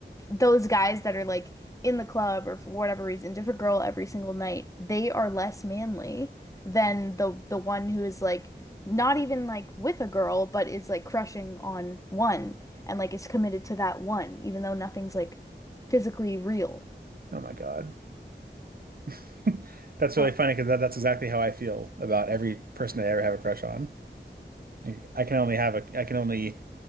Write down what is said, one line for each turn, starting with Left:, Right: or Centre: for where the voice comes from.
Left: those guys that are like in the club or for whatever reason, different girl every single night, they are less manly than the the one who is like not even like with a girl, but is like crushing on one and like is committed to that one, even though nothing's like physically real.
Right: Oh my God, <laughs> that's
Left: What?
Right: really funny because that, that's exactly how I feel about every person I ever have a crush on. Like, I can only have a I can only